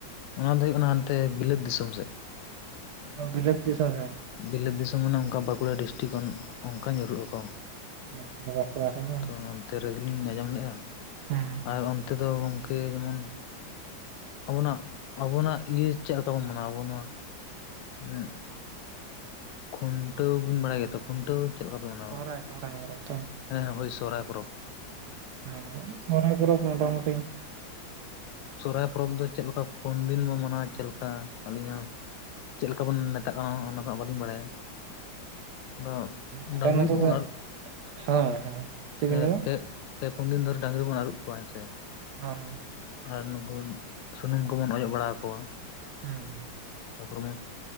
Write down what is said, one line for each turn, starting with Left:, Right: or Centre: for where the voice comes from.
Left: ᱱᱚᱣᱟ ᱫᱚ ᱦᱳᱭᱳᱜ ᱠᱟᱱᱟ ᱦᱟᱱᱛᱮ ᱵᱤᱞᱟᱹᱛ ᱫᱤᱥᱚᱢ ᱥᱮᱫ᱾
Right: ᱵᱤᱞᱟᱹᱛ ᱫᱤᱥᱚᱢ ᱥᱮᱫ᱾
Left: ᱵᱤᱞᱟᱹᱛ ᱫᱤᱥᱚᱢ ᱢᱟᱱᱮ ᱚᱱᱠᱟ ᱵᱟᱸᱠᱩᱲᱟ ᱰᱤᱥᱴᱤᱠ ᱚᱱᱠᱟ ᱧᱩᱨᱩᱜ ᱟᱠᱚ᱾
Right: ᱱᱮᱥ ᱫᱚ ᱵᱟᱠᱚ ᱢᱟᱱᱟᱣᱟ?
Left: ᱛᱚ ᱚᱱᱛᱮ ᱨᱮᱜᱮ ᱞᱤᱧ ᱟᱸᱡᱚᱢ ᱞᱮᱜᱼᱟ
Right: ᱦᱮᱸ
Left: ᱟᱨ ᱚᱱᱛᱮ ᱫᱚ ᱜᱚᱝᱠᱮ ᱡᱮᱢᱚᱱ ᱟᱵᱚᱱᱟᱜ ᱟᱵᱚᱱᱟᱜ ᱤᱭᱟᱹ ᱪᱮᱫ ᱞᱮᱠᱟ ᱵᱚᱱ ᱢᱟᱱᱟᱣᱟ ᱟᱵᱚ ᱱᱚᱣᱟ ᱩᱜ ᱠᱷᱩᱱᱴᱟᱹᱣ ᱵᱤᱱ ᱵᱟᱲᱟᱭ ᱜᱮᱭᱟ ᱛᱚ ᱠᱷᱩᱱᱴᱟᱹᱣ ᱪᱮᱫ ᱞᱮᱠᱟ ᱯᱮ ᱢᱟᱱᱟᱣᱟ
Right: ᱥᱚᱦᱚᱨᱟᱭ ᱥᱚᱦᱚᱨᱟᱭ ᱦᱮᱛᱚ
Left: ᱦᱮᱸ ᱦᱳᱭ ᱥᱚᱦᱚᱨᱟᱭ ᱯᱚᱨᱚᱵᱽ᱾
Right: ᱚ ᱥᱚᱦᱚᱨᱟᱭ ᱯᱚᱨᱚᱵᱽ ᱫᱚ ᱢᱚᱴᱟᱢᱩᱴᱤ
Left: ᱥᱚᱨᱦᱟᱭ ᱯᱚᱨᱚᱵᱽ ᱫᱚ ᱪᱮᱫ ᱞᱮᱠᱟ ᱯᱩᱱ ᱫᱤᱱ ᱵᱚ ᱢᱟᱱᱟᱣᱟ ᱪᱮᱫ ᱞᱮᱠᱟ ᱟᱹᱞᱤᱧ ᱦᱚ ᱪᱮᱫ ᱞᱮᱠᱟ ᱵᱚᱱ ᱢᱮᱛᱟᱜ-ᱟ ᱚᱱᱟ ᱢᱟ ᱵᱟᱹᱞᱤᱧ ᱵᱟᱲᱟᱭᱟ ᱾
Right: ᱟᱞᱮ
Left: ᱰᱟᱝᱨᱤ
Right: ᱱᱚᱛᱮ
Left: ᱠᱚ
Right: ᱫᱚ
Left: ᱵᱚᱱ ᱟᱨᱩᱵ
Right: ᱦᱮᱸ ᱦᱮᱸ ᱪᱮᱫ ᱵᱤᱱ
Left: ᱮᱜ
Right: ᱞᱟᱹᱭᱫᱟ?
Left: ᱯᱮ ᱯᱮ ᱯᱩᱱ ᱫᱤᱱ ᱫᱷᱚᱨᱮ ᱰᱟᱹᱝᱨᱤ ᱵᱚᱱ ᱟᱹᱩᱵ ᱠᱚᱣᱟ ᱦᱮᱸ ᱥᱮ᱾
Right: ᱦᱚᱸ ᱦᱚᱸ ᱾
Left: ᱟᱨ ᱱᱩᱠᱩ ᱥᱩᱱᱩᱢ ᱠᱚᱵᱩᱱ ᱚᱡᱚᱜ ᱵᱟᱲᱟ ᱟᱠᱚᱣᱟ ᱾
Right: ᱦᱩᱸ ᱾
Left: ᱛᱟᱨᱯᱚᱨᱮ ᱵᱚᱱ